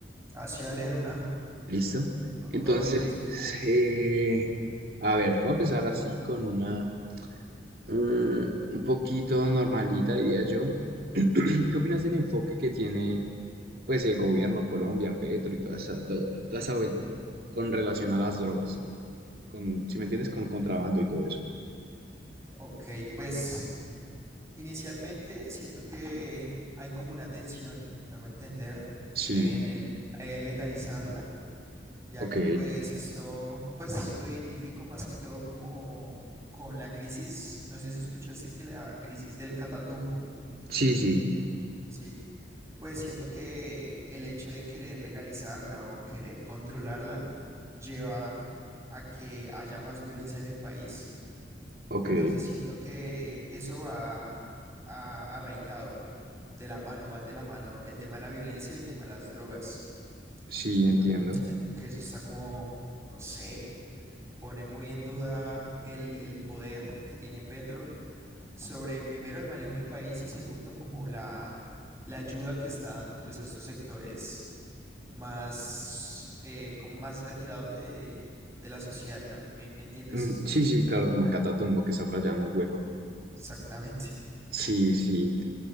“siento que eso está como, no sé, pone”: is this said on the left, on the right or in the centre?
Right